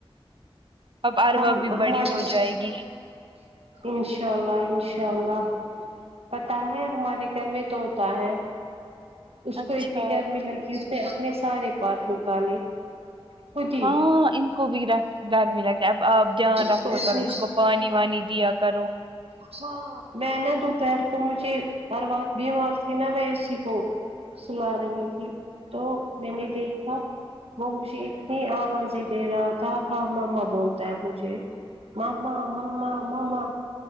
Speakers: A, on the right; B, on the right.
A: اب اروا
B: ہم
A: بھی
B: ہمارے
A: بڑی ہو
B: گھر
A: جائے گی
B: انشاء اللہ انشاء اللہ پتا ہے ہمارے گھر میں تو ہوتا ہے اس
A: اچھا
B: کو اتنی گرمی لگی اس نے اپنے سارے پارک نکالے خود ہی
A: ہاں ان کو بھی رات ددمی لگتے اب آپ دھیان
B: اس
A: رکھا
B: کو اتنی
A: کرو اس کو پانی وانی دیا کرو
B: ہاں میں نا دوپہر کو مجھے ہر بات بھی مار تھی نا میں اسی کو سلا رہی تھی تو میں نے دیکھا وہ مجھے اتنی آوازیں دے رہا تھا ہاں ماما بولتا ہے مجھے ماما ماما ماما